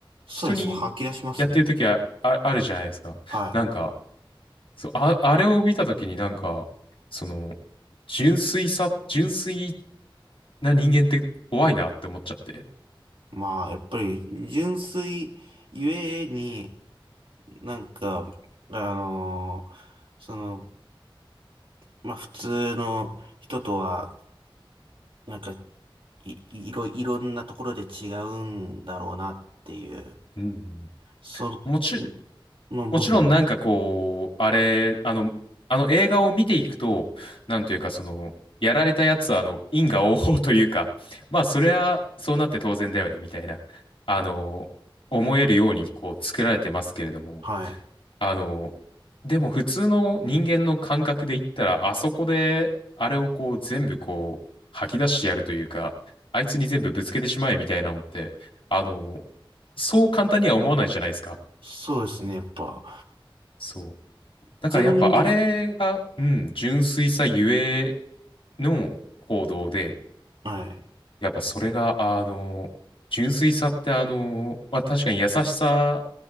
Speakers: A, on the right; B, on the left.
A: そうですね。
B: 人に
A: 吐き出しますね。
B: やってるときは、あ、あるじゃないですか。
A: は
B: なんか、そう、あ、あれを見たときになんか、その、純粋さ、純粋な人間って怖いなって思っちゃって。
A: い。まあ、やっぱり、純粋ゆえに、なんか、あのーその、まあ、普通の人とは、なんか、い、いろ、いろんなところで違うんだろうなっていう、
B: うん。
A: その、
B: もち、
A: の部分。
B: もちろんなんかこう、あれ、あの、あの映画を見ていくと、なんというかその、やられたやつはあの、因果応報というか、まあそりゃそうなって当然だよね、みたいな、あの、思えるようにこう作られてますけれども、
A: はい。
B: あの、でも普通の人間の感覚で言ったら、あそこで、あれをこう全部こう、吐き出してやるというか、あいつに全部ぶつけてしまえみたいなのって、あの、そう簡単には思わないじゃないですか。
A: そうですね、やっぱ。
B: そう。
A: 普通の人間で、
B: だからやっぱあれが、うん、純粋さゆえの行動で、
A: はい。
B: やっぱそれが、あの、純粋さってあの、まあ、確かに優しさ